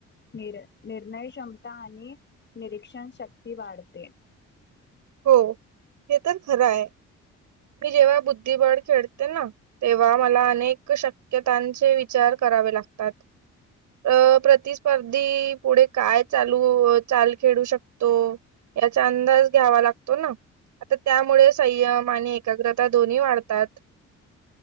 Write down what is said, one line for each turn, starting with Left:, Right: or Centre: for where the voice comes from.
Left: निर निर्णय क्षमता आणि निरीक्षण शक्ती वाढते.
Right: हो हे तर खरं आहे मी जेव्हा बुद्धिबळ खेळते ना तेव्हा मला अनेक शक्यतांचे विचार करावे लागतात. अ प्रतिस्पर्धी पुढे काय चालू चाल खेळू शकतो. याचा अंदाज घ्यावा लागतो. तो ना आता त्यामुळे संयम आणि एकाग्रता दोन्ही वाढतात.